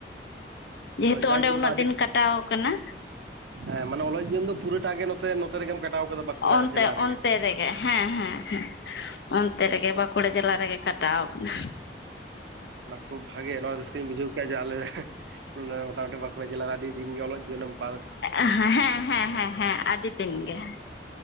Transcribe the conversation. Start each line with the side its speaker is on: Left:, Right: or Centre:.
Left: ᱡᱮᱦᱮᱛᱩ
Right: ᱦᱮᱸ ᱡᱟᱜᱮ
Left: ᱚᱸᱰᱮ ᱩᱱᱟᱹᱜ
Right: ᱢᱟᱱᱮ
Left: ᱫᱤᱱ ᱠᱟᱴᱟᱣ ᱠᱟᱱᱟ
Right: ᱦᱮᱸ ᱢᱟᱱᱮ ᱚᱞᱚᱜ ᱡᱤᱭᱚᱱ ᱫᱚ ᱯᱩᱨᱟᱹᱴᱟ ᱜᱮ ᱱᱚᱛᱮ ᱨᱮᱜᱮᱢ ᱠᱟᱴᱟᱣ ᱟᱠᱟᱫᱟ ᱵᱟᱠᱩᱲᱟ
Left: ᱚᱱᱛᱮ
Right: ᱡᱮᱞᱟ ᱨᱮᱜᱮ
Left: ᱚᱱᱛᱮ ᱦᱮᱸ ᱦᱮᱸᱦ ᱮᱸ ᱚᱱᱛᱮ ᱨᱮᱜᱮ ᱵᱟᱠᱩᱲᱟ ᱡᱮᱞᱟ ᱨᱮᱜᱮ ᱠᱟᱴᱟᱣ ᱟᱠᱟᱱᱟ
Right: ᱵᱟ ᱠᱷᱩᱵ ᱵᱷᱟᱜᱮᱭᱟ ᱱᱚᱶᱟ ᱨᱟᱹᱥᱠᱟᱹᱧᱵᱩᱡᱷᱟᱹᱣᱟ ᱪᱮ ᱡᱮ ᱟᱞᱮ ᱢᱚᱴᱟᱢᱩᱴᱤ ᱵᱟᱠᱩᱲᱟ ᱡᱮᱞᱟ ᱨᱮ ᱟᱹᱰᱤ ᱫᱤᱱ ᱜᱮ ᱚᱞᱚᱜ ᱡᱤᱭᱚᱱᱮᱢ ᱯᱟᱨᱼᱟ
Left: ᱮᱜ ᱦᱮᱸ ᱦᱮᱸ ᱦᱮᱸ ᱦᱮᱸ ᱦᱮᱸ ᱟᱹᱰᱤ ᱫᱤᱱ ᱜᱮ